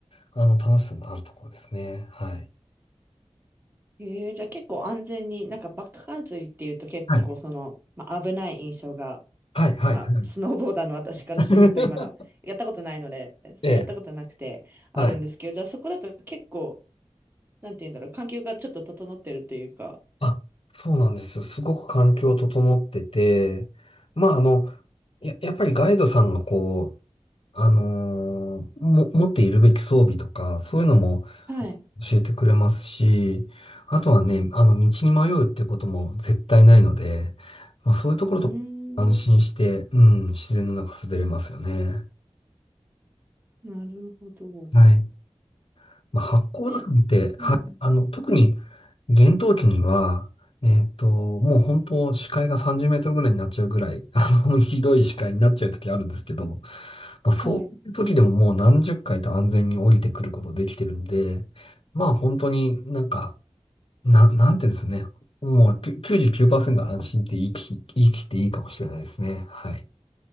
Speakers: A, on the left; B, on the right.
A: あの、楽しさのあるところですね。はい。
B: ええじゃあ結構安全に、なんかバックカントリーっていうと結構その、
A: はい。
B: まあ、危ない印象が
A: はい、はい、
B: まあ、
A: はい。
B: スノーボーダーの私からしてもやっぱりまだやったことないので、
A: <laughs> ええ、
B: そうやったことなくてあるんですけど、
A: はい。
B: じゃあそこだと結構、なんて言うんだろう、環境がちょっと整ってるというか。
A: あ、そうなんですよ。すごく環境整ってて、まあ、あの、や、やっぱりガイドさんがこう、あのーも、持っているべき装備とか、そういうのも
B: はい。
A: 教えてくれますし、あとはね、あの、道に迷うっていうことも絶対ないので、まあ、そういうところと安心して、
B: うーん、
A: うん、自然の中滑れますよね。
B: なるほど。
A: はい。まあ、八甲田山って、
B: え、
A: はい、
B: うん。
A: あの、特に厳冬期には、えっと、もう本当視界が30メートルぐらいになっちゃうぐらい、<laughs> あの、<laughs> ひどい視界になっちゃう時あるんですけど、まあ、そういう時でももう何十回と安全に降りてくることできてるんで、
B: はい。
A: まあ本当になんか、な、なんていうんですね。もうきゅ99%安心って言い切、言い切っていいかもしれないですね。はい。